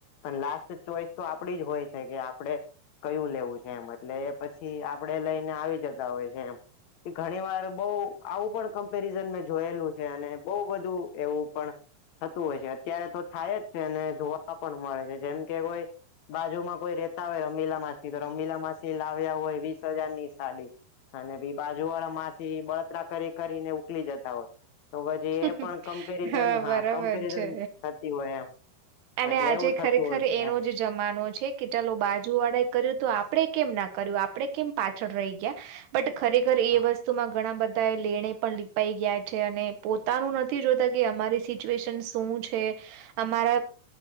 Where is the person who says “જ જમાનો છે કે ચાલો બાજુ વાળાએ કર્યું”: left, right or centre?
Right